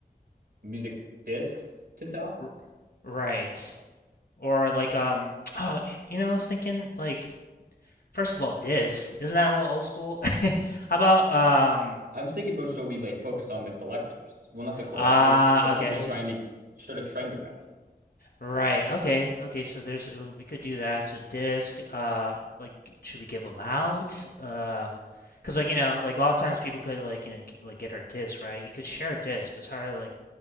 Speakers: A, on the right; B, on the left.
A: music discs to sell.
B: r right, or like um, <tsk> oh, you know, I was thinking like first of all, Disk isn't that a little old school? <laughs> How about um,
A: I was thinking about so we like focus on the collectors. Well, not the collectors,
B: ah,
A: but people
B: okay, I see
A: trying
B: what you.
A: to start a trend around it.
B: Right. Okay. Okay. So there's uh, we could do that. So disc. Uh, like, should we give them out? Uh, because like you know, like a lot of times people could like you know g- like get our disc, right? You could share a disc, but it's hard to like